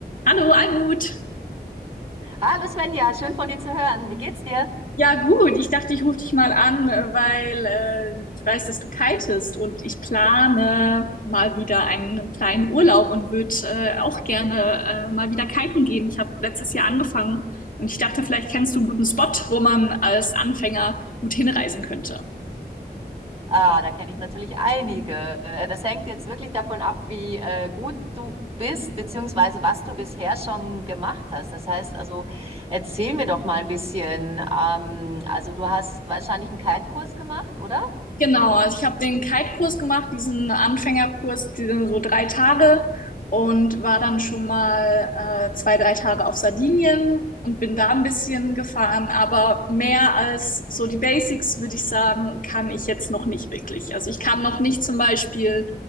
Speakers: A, on the left; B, on the right.
A: Hallo, Almut.
B: Hallo Svenja, schön von dir zu hören. Wie geht's dir?
A: Ja, gut. Ich dachte, ich rufe dich mal an, weil äh, ich weiß, dass du kitest und ich plane mal wieder einen kleinen Urlaub und würde äh, auch gerne äh, mal wieder kiten gehen. Ich habe letztes Jahr angefangen und ich dachte, vielleicht kennst du einen guten Spot, wo man als Anfänger gut hinreisen könnte.
B: Ah, da kenne ich natürlich einige. Äh, Das hängt jetzt wirklich davon ab, wie äh, gut du bist, beziehungsweise was du bisher schon gemacht hast. Das heißt also, erzähl mir doch mal ein bisschen. Ähm, also du hast wahrscheinlich einen Kite-Kurs gemacht, oder?
A: Genau, also ich habe den Kite-Kurs gemacht, diesen Anfängerkurs, die sind so drei Tage und war dann schon mal äh, zwei, drei Tage auf Sardinien und bin da ein bisschen gefahren, aber mehr als so die Basics, würde ich sagen, kann ich jetzt noch nicht wirklich. Also ich kann noch nicht zum Beispiel,